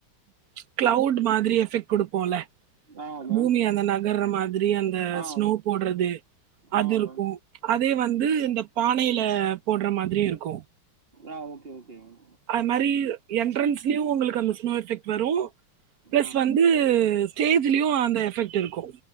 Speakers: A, on the right; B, on the right.
A: ச்ச் க்ளவுட் மாதிரி எஃபெக்ட் குடுப்போல
B: ஆ மேம்.
A: பூமி அந்த நகர்ற மாதிரி அந்த
B: ஆ
A: ஸ்னோ
B: மேம்.
A: போட்றது
B: ஆ
A: அதுருக்கு
B: மேம்.
A: அதே வந்து இந்த பானையில <unintelligible> போட்ற மாதிரி இருக்கு
B: அ ஓகே ஓகே மேம்
A: அதுமாரி என்ட்ரன்ஸ்லியு உங்குளுக்கு அந்த ஸ்னோ எஃபெக்ட் வரு ப்ளஸ்
B: ஆ
A: வந்து ஸ்டேஜ்லியு அந்த எஃபெக்ட் இருக்கு